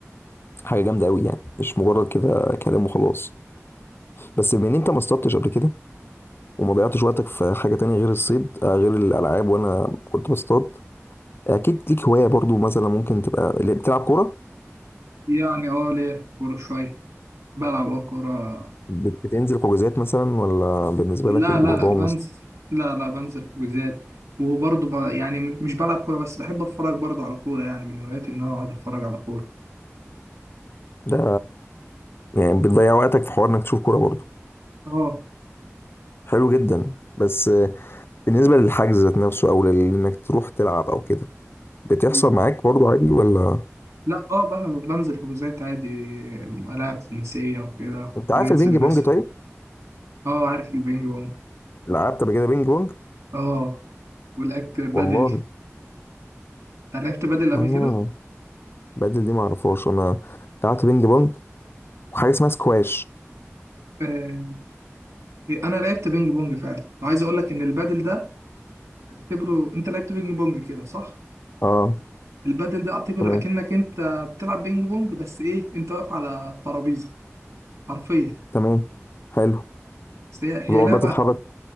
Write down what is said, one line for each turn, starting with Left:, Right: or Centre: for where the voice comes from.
Left: حاجه جامده قوي يعني مش مجرد كده كلام وخلاص بس بما ان انت ما اصطدتش قبل كده وما ضيعتش وقتك في حاجة تانية غير الصيد آه، غير الألعاب وأنا كنت بصطاد أكيد ليك هواية برضو مثلا ممكن تبقى اللي بتلعب كورة
Right: يعني اه ليه في كوره شويه بلعب اه كوره
Left: بت- بتنزل حجوزات مثلا ولا بالنسبة
Right: لا
Left: لك الموضوع
Right: لا بنزل
Left: مس...
Right: لا لا بنزل حجوزات وبرضه ب... يعني م- مش بلعب كوره بس بحب اتفرج برضه على كوره يعني من هواياتي ان انا اقعد اتفرج على كوره
Left: ده يعني بتضيع وقتك في حوار إنك تشوف كورة برضو
Right: اه
Left: حلو جدا بس آه، بالنسبة للحجز ذات نفسه أو لل- إنك تروح تلعب أو كده بتحصل
Right: مم.
Left: معاك برضو عادي ولا
Right: لا اه بقى بنزل حجوزات عادي ألعاب خماسية وكده
Left: أنت
Right: ننزل
Left: عارف البينج بونج
Right: ناسها
Left: طيب؟
Right: اه عارف البينج بونج
Left: لعبت قبل كده بينج بونج؟
Right: اه ولعبت بدل
Left: والله
Right: أنا لعبت بدل قبل
Left: آه
Right: كده
Left: بدل دي معرفهاش أنا لعبت بينج بونج وحاجة اسمها سكواش
Right: آه، إيه، انا لعبت بينج بونج فعلا وعايز اقول لك ان البادل ده اعتبره انت لعبت بينج بونج كده صح
Left: اه
Right: البادل ده اعتبر
Left: كنا
Right: اكنك انت بتلعب بينج بونج بس ايه انت واقف على الترابيزه حرفيا
Left: تمام حلو
Right: بس هي هي
Left: وتقعد
Right: لعبه
Left: بقى تتحرك